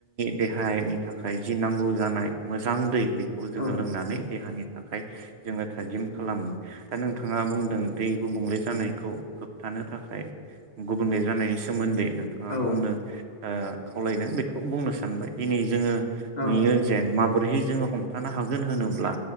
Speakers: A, on the right; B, on the left.
A: देहानि थाखाय जि नांगौ जानाय मोजां दै बेखौ
B: औ
A: जोङो लोंनानै देहानि थाखाय जोङो थाजिम खालामो दा नोंथाङा बुं दों दै गुबुंले जानाय खौ होबथानो थाखाय गुबुंले जानायनि सोमोन्दै नोंथाङा
B: औ
A: बुंनो ओ खावलायदों बे खौ बुंनो सानबाय दिनै जोङो
B: औ
A: नुयो जेन माबोरैहै जोङो हमथानो हागोन होनोब्ला